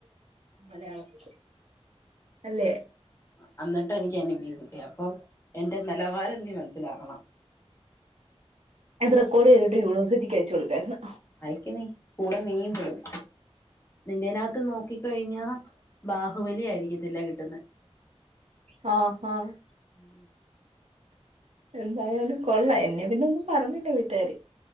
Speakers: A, on the right (about 70°); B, on the left (about 25°).
A: മലയാളത്തില് അല്ലേ
B: അ അന്നിട്ടെനിയ്ക്ക് അയ്ന് ബി കിട്ട്യെ, അപ്പം എന്റെ നെലവാരം നീ മൻസ്സിലാക്കണം.
A: ഇത് റെക്കോർഡ് ചെയ്തിട്ട് യൂണിവർസിറ്റിക്ക് അയച്ച് കൊട്ക്കാര്ന്ന്.
B: അയയ്ക്ക് നീ കൂടെ നീയും പെടും. നിന്റേനാകത്ത് നോക്കിക്കഴിഞ്ഞാ ബാഹുബലി ആയിരിയ്ക്കത്തില്ല കിട്ടുന്നെ.
A: ഹാ ഹാഹ്
B: ഉം
A: എന്തായാലും കൊള്ളാം എന്നെ പിന്നെ ഒന്നും പറഞ്ഞില്ല വീട്ടുകാര്